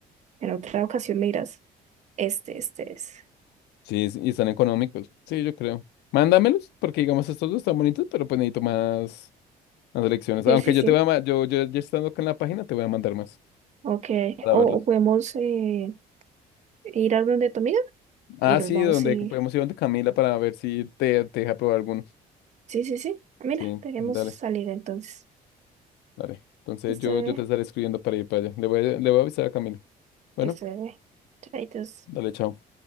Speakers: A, on the right; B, on the left.
A: en otra ocasión me dirás, este, este es.
B: Sí, es- y están económicos. Sí, yo creo. Mándamelos, porque digamos estos dos están bonitos, pero pues necesito más, más elecciones.
A: Sí,
B: Aunque
A: sí,
B: yo
A: sí.
B: te voy a, ma- yo, yo ya estando acá en la página, te voy a mandar más
A: Ok.
B: para
A: O,
B: verlos.
A: o podemos eh, ir a donde tu amiga
B: Ah,
A: y nos
B: sí,
A: vamos
B: donde
A: y...
B: podemos ir donde Camila para ver si te, te deja probar algunos.
A: Sí, sí, sí. Ah, Mira,
B: Sí,
A: tenemos
B: dale.
A: salir entonces.
B: Dale. Entonces
A: Listo,
B: yo,
A: bebé.
B: yo te estaré escribiendo para ir para allá. Le voy a, le voy a avisar a Camilo. Bueno,
A: Listo, bebé. Chaitos.
B: dale, chao.